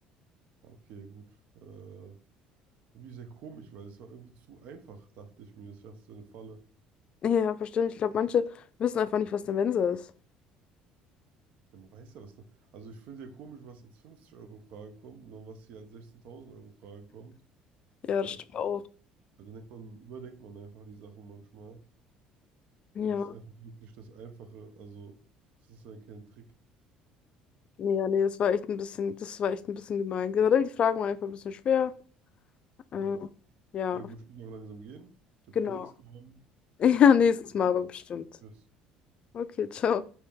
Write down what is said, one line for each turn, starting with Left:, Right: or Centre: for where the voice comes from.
Right: Ah, Okay, gut. Äh, Irgendwie sehr komisch, weil es war irgendwie zu einfach, dachte ich mir. Ich dachte, so eine Falle.
Left: Ja, verständlich. Ich glaube, manche wissen einfach nicht, was eine Mensa ist.
Right: Ja, man weiß ja was. Ne? Also ich finde sehr komisch, was als 50-Euro-Frage kommt und dann was hier als 16.000-Euro-Frage kommt.
Left: Ja,
Right: Das,
Left: das stimmt auch.
Right: ja, dann denkt man, überdenkt man einfach die Sachen manchmal.
Left: Ja,
Right: Aber es ist einfach wirklich das Einfache. Also es ist halt kein Trick.
Left: nee, ja, nee, das war echt ein bisschen, das war echt ein bisschen gemein. Generell, die Fragen waren einfach ein bisschen schwer. Äh,
Right: Ja.
Left: ja,
Right: Ja gut, ich muss noch langsam gehen. Ich habe
Left: genau.
Right: eh nichts
Left: <laughs>
Right: gewonnen.
Left: Ja, nächstes
Right: Und
Left: Mal
Right: äh,
Left: aber bestimmt.
Right: tschüss.
Left: Okay, ciao.